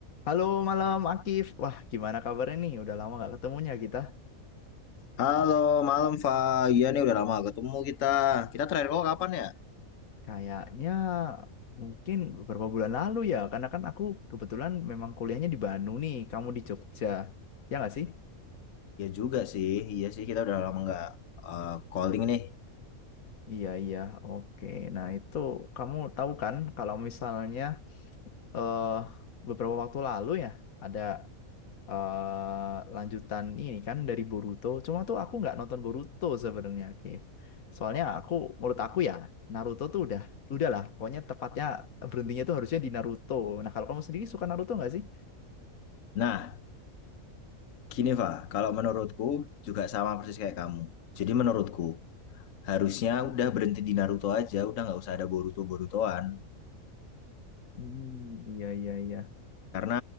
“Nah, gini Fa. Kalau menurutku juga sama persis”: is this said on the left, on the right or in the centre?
Left